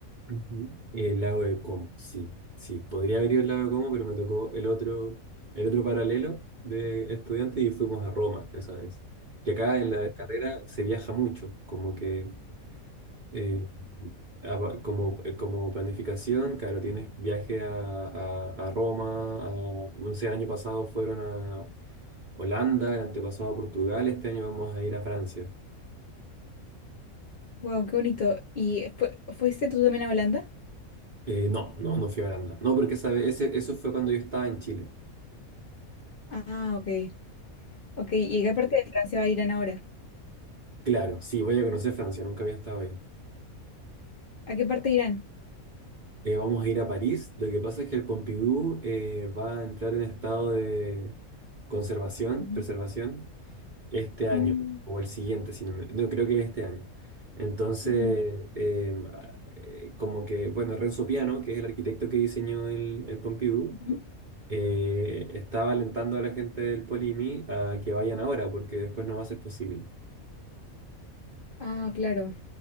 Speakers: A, on the right; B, on the left.
A: Ujú. El lago de Como, sí, sí. Podría haber ido el lago de Como, pero me tocó el otro, el otro paralelo de estudiantes y fuimos a Roma esa vez. Que acá en la carrera se viaja mucho, como que eh, apa- como, eh, como planificación, claro, tienes viaje a, a, a Roma, a, no sé, el año pasado fueron a Holanda, el antepasado a Portugal, este año vamos a ir a Francia.
B: wow, qué bonito. ¿Y fue- fuiste tú también a Holanda?
A: Eh, no, no, no fui a Holanda. No, porque esa vez- ese, eso fue cuando yo estaba en Chile.
B: Ah, ok. Ok, ¿y a qué parte de Francia va a Irán ahora?
A: Claro, sí, voy a conocer Francia, nunca había estado ahí.
B: ¿A qué parte de Irán?
A: Eh, vamos a ir a París. Lo que pasa es que el Pompidou eh, va a entrar en estado de conservación,
B: Ujú.
A: preservación, este año
B: Mm,
A: o el siguiente, si no, me- no, creo que este año. Entonces,
B: ujú,
A: eh, a- eh, como que, bueno, Renzo Piano, que es el arquitecto que diseñó el, el Pompidou,
B: ujú.
A: eh, estaba alentando a la gente del Polimi a que vayan ahora, porque después no va a ser posible.
B: Ah, claro.